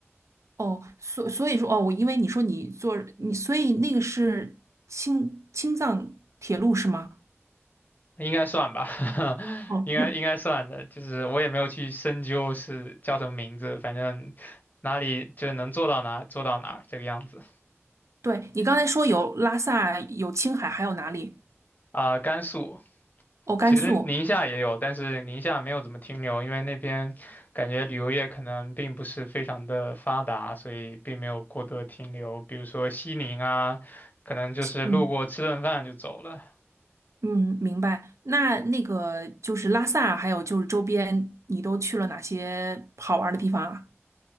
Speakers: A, on the right; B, on the left.
A: 哦，所所以说哦，我因为你说你坐你，所以那个是青青藏铁路是吗？
B: 应该算吧，<laughs>
A: 哦，
B: 应该应该算的。就是我也没有去深究是叫什么名字，反正哪里就是能做到哪做到哪这个样子。
A: <laughs> 对，你刚才说有拉萨，有青海，还有哪里？
B: 啊、甘肃。
A: 哦，甘肃。
B: 其实宁夏也有，但是宁夏没有怎么停留，因为那边感觉旅游业可能并不是非常的发达，所以并没有过多的停留。比如说西宁啊，可能就是路过吃顿饭就走了。
A: 嗯嗯，明白。那那个就是拉萨，还有就是周边，你都去了哪些好玩的地方啊？